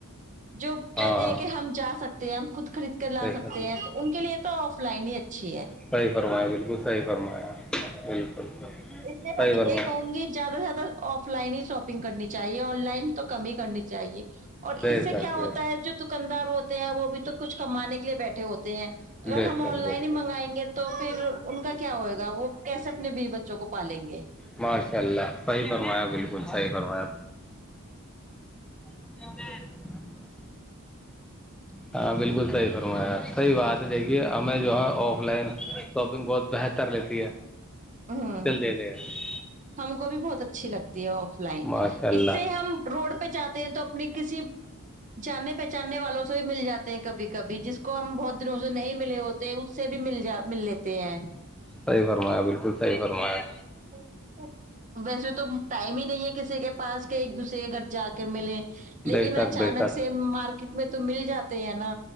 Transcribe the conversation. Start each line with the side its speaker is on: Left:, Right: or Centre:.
Right: جو کہتے
Centre: ہاں ہاں
Right: ہیں کہ ہم جا سکتے ہم خود خرید کر لا
Centre: بے
Right: سکتے
Centre: شک بے شک،
Right: ہیں تو ان کے لیے تو آف لائن ہی اچھی ہے
Centre: صحیح فرمایا بالکل صحیح فرمایا بالکل
Right: اس لیے میں
Centre: صحیح
Right: تو
Centre: فرمایا
Right: یہی کہوں گی زیادہ سے زیادہ آف لائن ہی شاپنگ کرنی چاہیے آن لائن تو کم ہی کرنی چاہ چاہیے اور
Centre: بے
Right: اس سے
Centre: شک
Right: کیا ہوتا
Centre: بے
Right: ہے جو دکاندار ہوتے ہیں وہ بھی تو کچھ کمانے کے لیے بیٹھے ہوتے ہیں
Centre: شک
Right: اگر
Centre: بے
Right: ہم آن
Centre: شک
Right: لائن
Centre: بے
Right: ہی
Centre: شک
Right: منگائیں گے تو پھر ان کا کیا ہوئے گا وہ کیسے اپنے بی بچے کو پالیں گے
Centre: ماشاء اللہ صحیح فرمایا بالکل صحیح فرمایا <inaudible>
Right: <inaudible>
Centre: ہاں بالکل صحیح فرمایا صحیح بات ہے دیکھیے ہمیں جو ہے آف لائن شاپنگ بہت بہتر لیتی ہے
Right: ہوں
Centre: چل دیتے ہیں
Right: ہم کو بھی بہت اچھی لگتی آف لائن
Centre: ماشاء اللہ
Right: اس سے ہم روڈ پہ جاتے ہیں تو اپنی کسی جاننے پہچاننے والوں سے بھی مل جاتے ہیں کبھی کبھی جس کو ہم بہت دنوں سے نہیں ملے ہوتے اس سے بھی مل جا مل لیتے ہیں
Centre: صحی فرمایا بالکل صحی فرمایا
Right: <inaudible> ویسے تو ٹائم ہی نہیں ہے کسی کے پاس کہ ایک دوسرے کے گھر جا کے ملے لیکن
Centre: بے شک
Right: اچانک
Centre: بے شک
Right: سے مارکیٹ میں تو مل جاتے ہیں نا